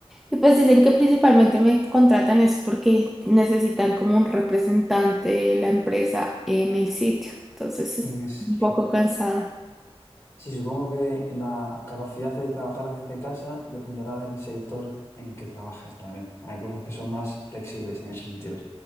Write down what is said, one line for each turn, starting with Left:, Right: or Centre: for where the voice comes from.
Centre: Y pues dicen que principalmente me contratan es porque necesitan como un representante de la empresa en el sitio. Entonces estoy
Left: En Esquimalt.
Centre: un poco cansada.
Left: Sí, supongo que la capacidad de trabajar desde casa dependerá del sector en que trabajes también. Hay algunos que son más flexibles en ese sentido.